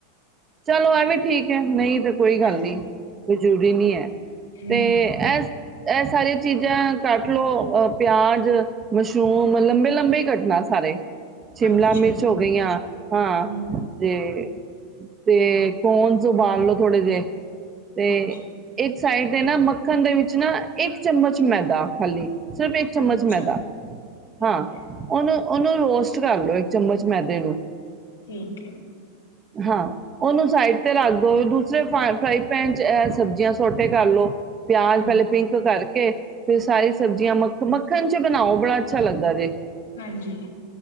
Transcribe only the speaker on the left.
ਹਾਂਜੀ
ਹੂੰ
ਅੱਛਾ
ਹੂੰ
ਅੱਛਾ।
ਅੱਛਾ
ਠੀਕ
ਹੈ
ਠੀਕ ਹੈ
ਹਾਂਜੀ
ਹਾਂਜੀ